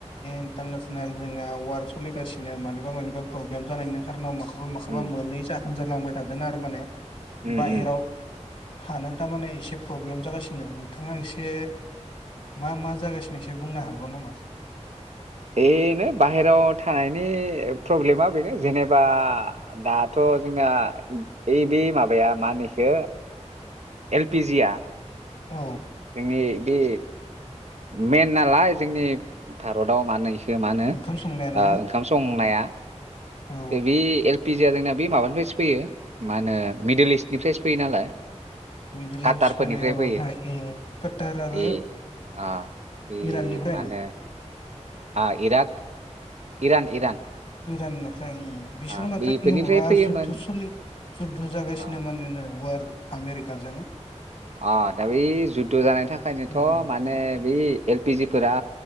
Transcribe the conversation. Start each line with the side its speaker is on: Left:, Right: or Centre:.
Left: इन्टारनेसनेल जोंना वार सोलिगासिनो मानिबा मानिबा प्रब्लेम जानायनि खारनाव मा खौबा माबा
Right: उम
Left: मोननै जा जालांबाय थादों आरो माने
Right: उम
Left: बाहेराव
Right: उम
Left: थानो टामाने एसे प्रब्लेम जागासिनो नोंथाङा एसे मा मा जागासिनो एसे बुंनो हागौ नामा
Right: बेनो बाहेरायाव थानायनि प्रब्लेमा बेनो जेनेबा दाथ' जोंना इ बे माबाया माानोइखो एलपिजिया
Left: औ
Right: जोंनि बे मेन नालाय जोंनि भारताव मानो मा होनो
Left: ओंखाम संनायाना
Right: ओ ओंखाम संनाया
Left: औ
Right: बे एल पिजिया जोंना बे माबानिफ्रायसो फैयो मा होनो मिडोल इस्टनिफ्रायसो फैयो नालाय
Left: मिडलिस
Right: काटारफोरनिफ्राय
Left: माने आ
Right: फैयो
Left: कटार आरो
Right: ए आ बे
Left: इराननिफ्रायनो
Right: मा होनो आ इरक इरान इरान
Left: इरानो बिसोर
Right: आ
Left: माथो
Right: बेफोरनिफ्राय
Left: माबा
Right: फैयोमोन
Left: जुद्द सोलियो जुद्ध जागासिनो
Right: आ
Left: मानो वार आमेरिकाजों
Right: अ दा बै जुद्ध' जानायनि थाखायनोथ'
Left: इउरपआव
Right: माने बै एलपिजिफोरा